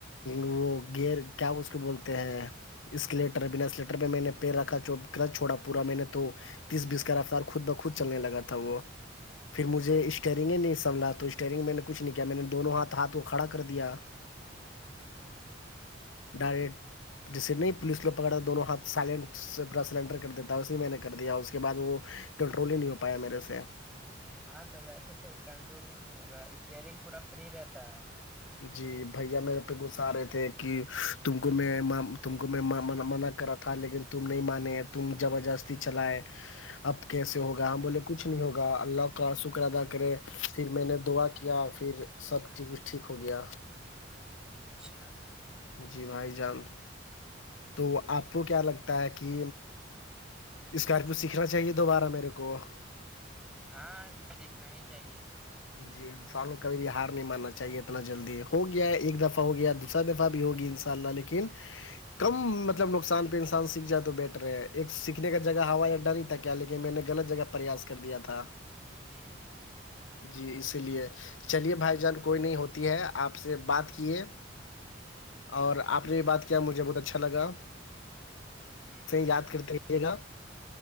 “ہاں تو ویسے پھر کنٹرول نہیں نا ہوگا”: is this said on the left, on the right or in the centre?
Centre